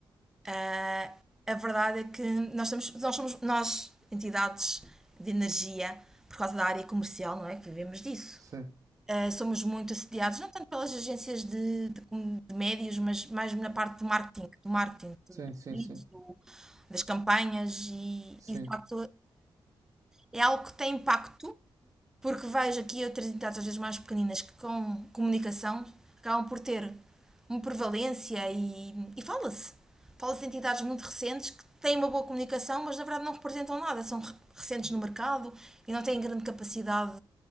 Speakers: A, in the centre; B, on the right.
A: Ah, a verdade é que nós, estamos, nós somos, nós, entidades de energia, por causa da área comercial, não é? Que vivemos disso.
B: Sim,
A: Ah, somos muito assediados, não tanto pelas agências de, de, de médios, mas mais na parte do marketing, do marketing, dos
B: sim, sim,
A: leads,
B: sim,
A: do- das campanhas e,
B: sim.
A: e de facto é algo que tem impacto porque vejo aqui outras entidades, às vezes mais pequeninas, que com comunicação acabam por ter uma prevalência e, e fala-se. Fala-se de entidades muito recentes que têm uma boa comunicação, mas na verdade não representam nada, são recentes no mercado e não têm grande capacidade